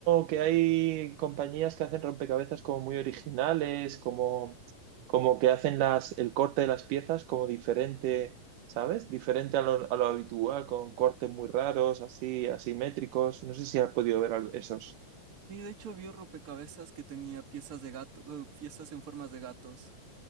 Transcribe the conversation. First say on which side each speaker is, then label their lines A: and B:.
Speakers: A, on the right (about 80°); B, on the right (about 40°).
A: que hay compañías que hacen rompecabezas como muy originales, como, como que hacen las, el corte de las piezas como diferente, ¿sabes? Diferente a lo, a lo habitual, con cortes muy raros, así, asimétricos. No sé si has podido ver al- esos.
B: Y de hecho vi un rompecabezas que tenía piezas de gato, eh, piezas en formas de gatos.